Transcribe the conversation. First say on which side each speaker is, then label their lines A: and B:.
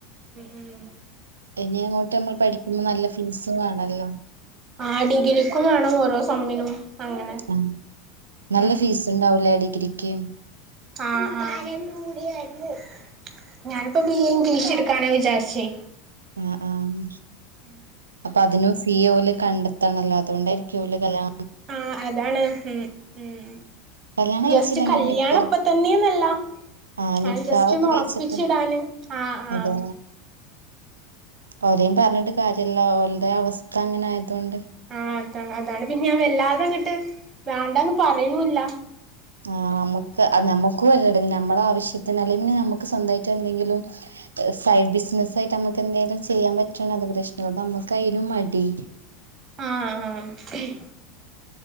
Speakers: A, on the right; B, on the right.
A: ഉം
B: ഇനി അങ്ങോട്ട് നമ്മൾ പഠിക്കുമ്പോ നല്ല ഫീസും വേണല്ലോ
A: ആ ഡിഗ്രിക്കും വേണം ഓരോ സമ്മിനും അങ്ങനെ
B: ആ നല്ല
A: ഉം
B: ഫീസ് ഉണ്ടാവൂലേ ഡിഗ്രിക്ക്
A: ആഹ് ആഹ് ഞാനിപ്പോ ബി എ ഇംഗ്ലീഷ് എടുക്കാന വിചാരിച്ചേ
B: ആഹ് ആഹ്
A: <inaudible>
B: അപ്പൊ അതിനും ഫീ ഓല് കണ്ടെത്തണല്ലോ അതുകൊണ്ടായിരിക്കും ഓല് കല്യാ
A: ആഹ് അതാണ് ഉം ഉം
B: കല്യാണം കഴിച്ചില്ലെങ്കിൽ
A: ജസ്റ്റ് കല്യാണപ്പത്തന്നെന്നല്ല
B: നിക്കാ ആ നിക്കാഹൊക്കെ
A: അത് ജസ്റ്റൊന്ന് ഒറപ്പിച്ചിടാന്
B: കഴിച്ചിട്ട്
A: ആഹ്
B: അതെ
A: ആഹ്
B: ഓരേം പറഞ്ഞിട്ട് കാര്യല്ല ഓൽടെ അവസ്ഥ അങ്ങനെ ആയതൊണ്ട്
A: ആഹ് അതാ അതാണ് പിന്നെ ഞാൻ വല്ലാതെ അങ്ങിട്ട് വേണ്ടന്ന് പറയണുല്ല
B: ആഹ് ഞമ്മക്ക് അത് ഞമ്മക്കു വല്ലട നമ്മള ആവശ്യത്തിനല്ലേ പിന്നെ ഞമ്മ ക്ക് സ്വന്തായിട്ട് എന്തെങ്കിലും സൈഡ് ബിസിനസ് ആയി്ട്ട് നമക്ക് എന്തെങ്കാലും ചെയ്യാൻ പറ്റണ അത് പ്രശ്നമ നമുക്ക്തിനും മടി
A: ആഹ് ആഹ്